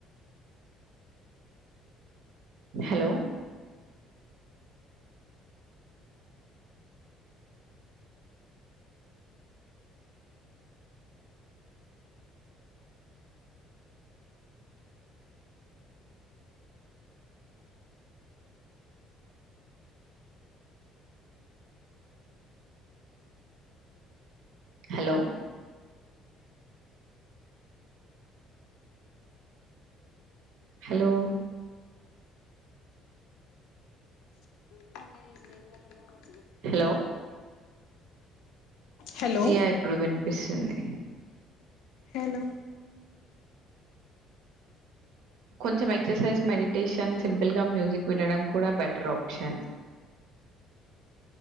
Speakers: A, on the right; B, on the left.
A: hello hello hello
B: <inaudible>
A: hello
B: hello
A: yeah ఇప్పుడు వినిపిస్తుంది
B: హలో
A: కొంచెం ఎక్సర్సైజ్ మెడిటేషన్ సింపుల్ గా మ్యూజిక్ వినడం కూడా బెట్ ట్రాప్షన్